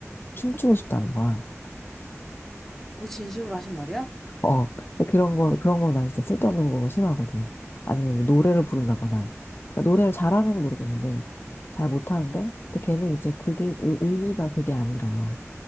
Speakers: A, on the left; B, in the centre.
A: 춤추고 싶다는 거야.
B: 그거 진심으로 하신 말이야?
A: 어, 그런 거, 그런 거 나 진짜 쓸데없는 거 싫어하거든. 아니면 뭐 노래를 부른다거나. 그러니까 노래를 잘하는 건 모르겠는데, 잘 못하는데, 또 걔는 이제 그게, 의- 의미가 그게 아니라,